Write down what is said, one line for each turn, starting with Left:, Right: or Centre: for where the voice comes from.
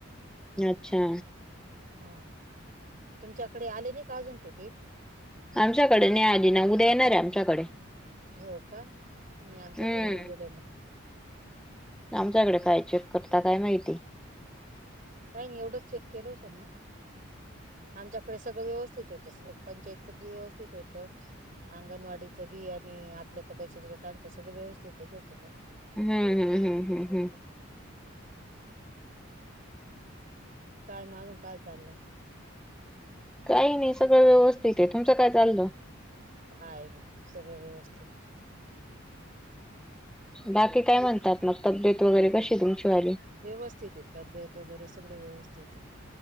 Centre: अच्छा
Right: हा तुमच्याकडे आले नाही का अजून ते टीम
Centre: आमच्याकडे न्यायाधीन उद्या येणार आहे आमच्याकडे
Right: हो काी आमच्याकडे
Centre: हम्म
Right: येऊन गेले ना
Centre: आमच्याकडे काय चेक करता काय माहिती
Right: काही नाही एवढंच चेक केलं होतं मग आमच्याकडे सगळं व्यवस्थित होत पंचायतच व्यवस्थित होत अंगणवाडीचं बी आणि आपल्या तर बचत गटांचं सगळं व्यवस्थितच होतो पण
Centre: हम्म हम्म हम्म हम्म हम्म
Right: काय म आझून काय चाललंय
Centre: काही नाही सगळं व्यवस्थित आहे तुमचं काय चाललं
Right: काय नाही सगळं व्यवस्थित
Centre: बाकी काय म्हणतात मग तब्येत वगैरे कशी तुमची वाली
Right: व्यवस्थित आहे तब्येत वगैरे सगळं व्यवस्थित आहे